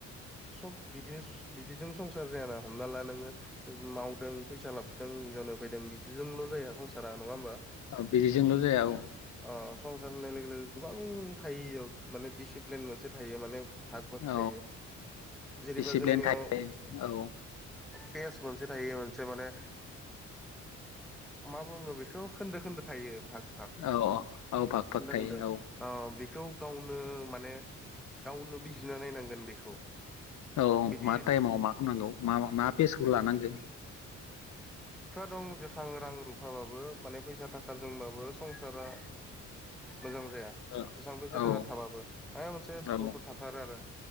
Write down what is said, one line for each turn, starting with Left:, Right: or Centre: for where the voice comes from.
Centre: सब बिदि बिदिजों संसार जायाना हमना ला नोङो मावदों फैसा लाबोदों हिनजावनो फैदों बिदिजोंल' जाया संसारा नङा होमबा
Left: औ बिदिजोंल जाया औ
Centre: अ संसार होननाय लोगो लोगो गोबां थाइयाव माने डिसिप्लिन मोनसे थायो माने भाग भत
Left: औ
Centre: थायो जेनैबा
Left: दिसिप्लिन
Centre: जोंनियाव
Left: थायो औ
Centre: पेस मोनसे थायो मोनसे माने मा बुङो बेखौ खोन्दो खोन्दो थायो भाग भाग
Left: औ औ फाग
Centre: खोन्दो
Left: फाग थायो
Centre: खोन्दो
Left: औ
Centre: अ बेखौ गावनो माने गावनो बिजिनो नायनांगोन बेखौ
Left: औ
Centre: बिदि
Left: मा टाइमाव मा खालामनांगौ मा मा पेसखौ लानांगो
Centre: दं सांग्रां रुफाबाबो माने फैसा थाखाजोंबाबो संसारा मोजां जाया
Left: औ
Centre: बेसेबां फैसा
Left: औ
Centre: थाखा थाबाबो ह मोनसे
Left: औ
Centre: दुखु थाथारो आरो